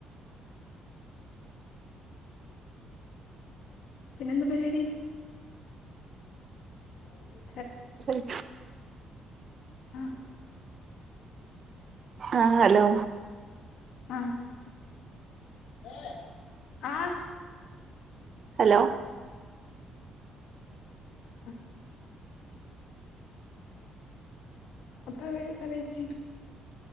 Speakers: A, on the left; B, on the right.
A: പിന്നെന്താ പര്പാടി <unintelligible>
B: സെരി
A: ആ
B: ആ അലോ
A: ആ ആ ആ
B: ഹലോ
A: അ അ പറയൂ പറേച്ചി